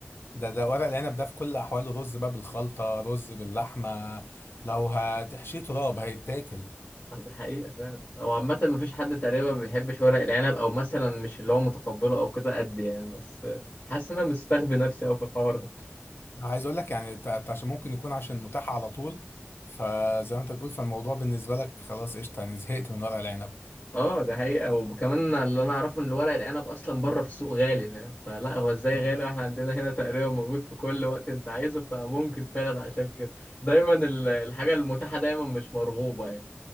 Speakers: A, on the left (about 60°); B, on the left (about 40°).
A: ده ده ورق العنب ده في كل احواله رز بقى بالخلطه رز باللحمه لو هتحشيه تراب هيتاكل
B: آه، ده حقيقة فعلا هو عامة مفيش حد تقريبا ما بيحبش ورق العنب او مثلا مش اللي هو متقبله او كده قد يعني بس آه، حاسس ان انا مستخبي نفسي اوي في الحوار ده
A: عايز اقول لك يعني ت- ت- عشان ممكن يكون عشان متاح على طول فزي ما انت بتقول فالموضوع بالنسبه لك خلاص قشطه يعني زهقت من ورق العنب
B: اه ده حقيقة وكمان اللي انا اعرفه ان الورق العنب اصلا بره في السوق غالي فاهم فلا هو ازاي
A: <laughs>
B: غالي واحنا عندنا هنا تقريبا موجود في كل وقت انت عايزه فممكن فعلا عشان كده دايما ال- الحاجة المتاحة دايما مش مرغوبة